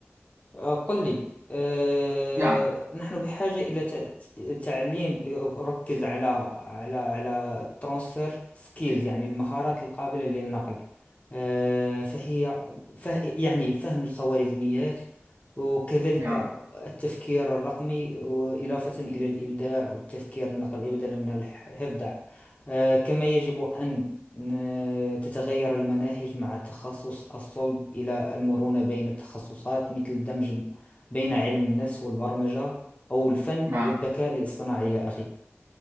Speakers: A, on the left; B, on the right.
A: آه، قل لي آه،
B: نعم
A: نحن بحاجة إلى تع- تعليم يركز على على على ترانسفير سكيلز يعني المهارات القابلة للنقل آه، فهي فه يعني فهم الخوارزميات وكذلك
B: نعم
A: التفكير الرقمي وإضافة إلى الإبداع والتفكير النقدي بدلا من الحفظ آه، كما يجب أن ن- تتغير المناهج مع التخصص الصلب إلى المرونة بين التخصصات مثل الدمج ب- بين علم النفس والبرمجة أو الفن
B: نعم
A: والذكاء الاصطناعي يا أخي